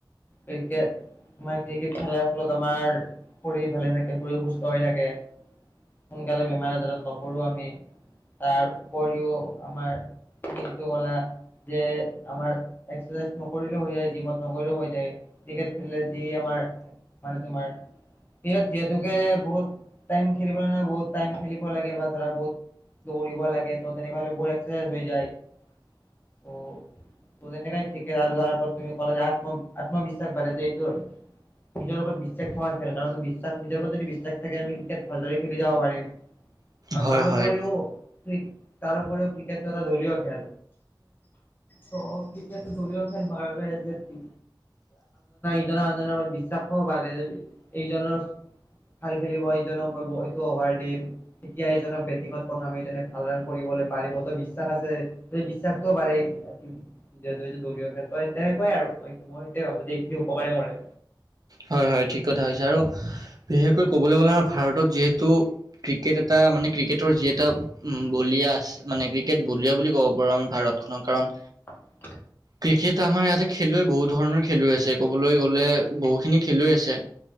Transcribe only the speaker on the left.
ক্ৰিকে আমাৰ ক্ৰিকেট খেলাৰ ফলত আমাৰ শৰীৰ ভালে থাকে শৰীৰ সুস্থ হৈ থাকে সোনকালে বেমাৰ আজাৰত নপৰো আমি তাৰ উপৰিও আমাৰ তুমি যিটো কলা যে আমাৰ এক্সাৰচাইজ নকৰিলেও হৈ যায় জিমত নকৰিলেও হৈ যায় ক্ৰিকেট খেললে যি আমাৰ মানে তোমাৰ ইয়াত যিহেতুকে বহুত টাইম খেলিব নালাগে বহুত টাইম খেলিব লাগে বা ধৰা বহুত দৌৰিব লাগে ত তেনেকা হলে এক্সাৰাইজ হৈ যায় ত তু তেনেকাই কিকেৰালু কৰাৰ তুমি কলা যে আত্ম আত্মবিশ্বাস বাঢ়ে যে এটো নিজৰ ওপৰত বিশ্বাস থকা খেল কাৰণ বিশ্বাস নিজৰ ওপৰত যদি বিশ্বাস থাকে আমি ক্ৰিকেট ভালদৰে খেলি যাব পাৰিম আৰু
তাৰপৰিও
ক্ৰি--তাৰপৰিও ক্ৰিকেটটো এটা দলীয় খেল তহতি <unintelligible> তে আনছনৰ ইজন আনজনৰ বিশ্বাসও বাাৰে এইজনৰ ভাল খেলিব এইজনক মই বলটো অভাৰ দিম তেতিয়া এইজনক বেটিঙত পথাম এইজনে ভাল ৰান কৰিব পাৰিব ত বিশ্বাস আছে সেই বিশ্বাসটো পাৰি হেতুটো দলীয় খেল তই তে কয় আৰু মই মই এ ভাবোঁ এইখিনি উপকাৰে কৰে
<unintelligible>